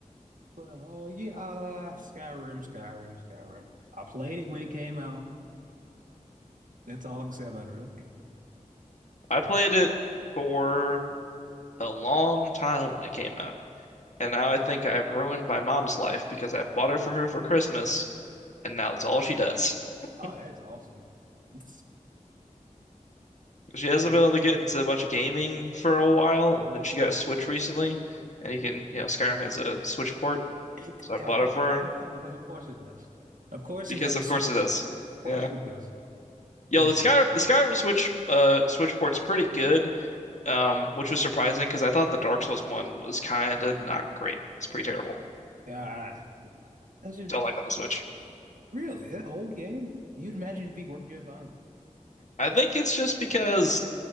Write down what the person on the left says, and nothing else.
I played it for a long time when it came out. And now I think I've ruined my mom's life because I bought it for her for Christmas, and now it's all she does. <laughs>
She hasn't
been able to get into much gaming for a while, and then she got a Switch recently, and you can, you know, Skyrim has a Switch port,
so I
bought
it for
her
because,
of
course, it
does.
Yeah.
Yo,
the Sky the Skyrim Switch uh Switch port's pretty good, um, which was surprising because I thought the Dark Souls one was kind of not great. It's pretty terrible.
Don't like on the Switch.
I think it's just because